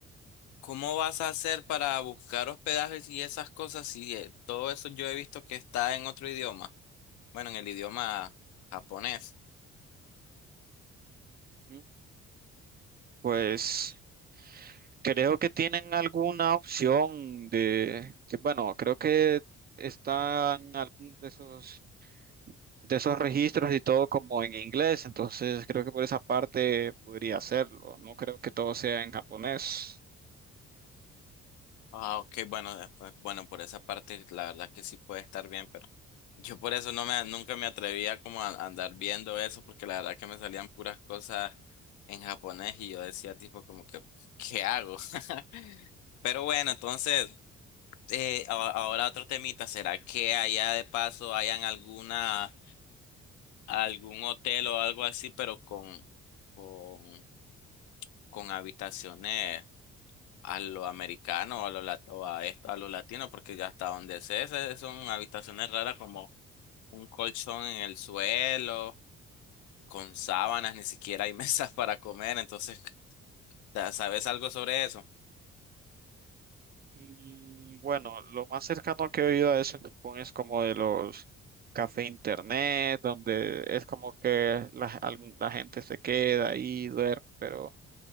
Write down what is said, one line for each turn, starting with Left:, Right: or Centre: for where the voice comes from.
Left: cómo vas a hacer para buscar hospedajes y esas cosas? Si eh, todo eso yo he visto que está en otro idioma. Bueno, en el idioma japonés.
Right: Mm, Pues creo que tienen alguna opción de, que bueno, creo que están algunos de esos de esos registros y todo como en inglés, entonces creo que por esa parte podría hacerlo, no creo que todo sea en japonés.
Left: Ah, ok, bueno, eh, pues, bueno, por esa parte la verdad que sí puede estar bien, pero yo por eso no me, nunca me atrevía como a, a andar viendo eso, porque la verdad que me salían puras cosas en japonés y yo decía tipo como que, ¿qué hago? <laughs> Pero bueno, entonces, eh, a- ahora otro temita, ¿será que allá de paso hayan alguna, algún hotel o algo así, pero con, con, con habitaciones? a lo americano, a lo, lat- o a esto, a lo latino, porque ya hasta donde sé, se- son habitaciones raras como un colchón en el suelo, con sábanas, ni siquiera hay <laughs> mesas para comer, entonces, ya ¿sabes algo sobre eso?
Right: Y bueno, lo más cercano que he oído a eso en Japón es como de los café internet, donde es como que la, algún- la gente se queda ahí, duerme, pero